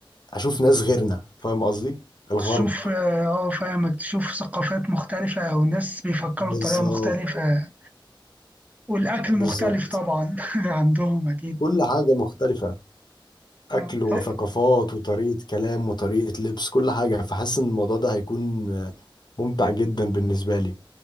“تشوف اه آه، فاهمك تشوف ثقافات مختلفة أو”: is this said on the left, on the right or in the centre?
Right